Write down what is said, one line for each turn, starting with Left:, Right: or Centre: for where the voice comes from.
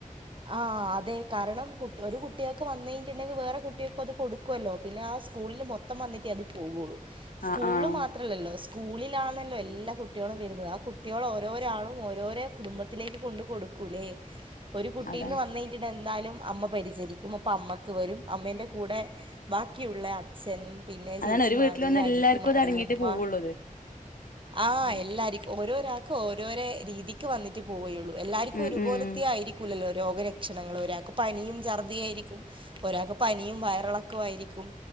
Right: ആഹ് അതെ കാരണം കു ഒരു കുട്ടികൾക്ക് വന്ന് കഴിഞ്ഞുണ്ടെങ്കിൽ വേറെ കുട്ടികൾക്കും അത് കൊടുക്കു വല്ലോ പിന്നെ ആ സ്കൂളില് മൊത്തം വന്നിട്ടേ അത് പോകൂള്ളൂ സ്കൂളിൽ
Left: ആഹ് ആഹ്
Right: മാ ത്രല്ലല്ലോ സ്കൂളിലാണല്ലോ എല്ലാ കുട്ടികളും വരുന്നത് ആ കുട്ടിയോള് ഓരോരാളും ഓരോരേ കുടുംബ ത്തിലേക്ക് കൊണ്ട് കൊടുക്കൂല്ലേ ഒരു കുട്ടീന്ന്
Left: അതാണ്
Right: വന്ന് കഴിഞ്ഞിട്ടുണ്ടേൽ എന്തായാലും അമ്മ പരിചരിക്കും അപ്പൊ അമ്മക്ക് വരും അമ്മേൻ്റെ കൂടെ ബാക്കിയുള്ള അച്ഛൻ പിന്നെ
Left: അതാണ്
Right: ചേച്ചിമാര്
Left: ഒരു വീട്ടിൽ വന്ന
Right: അനിയത്തിമാര്
Left: എല്ലാർക്കും അത് അടങ്ങിയിട്ടേ
Right: ഉമ്മാ
Left: പോവുള്ളൂ അത്
Right: ആ
Left: ഉം
Right: എല്ലാർക്കും ഓരോരാക്കും ഓരോരോ രീതിക്ക് വന്നിട്ടേ പോവയൊള്ളു എല്ലാർക്കും
Left: ഉം
Right: ഒരു പോലത്തെ ആയിരി ക്കൂലല്ലോ രോഗരക്ഷണങ്ങള് ഒരാക്ക് പനിയും ഛർദിയായിരിക്കും ഒരാക്ക് പനിയും വയറിളക്കവും ആയിരിക്കും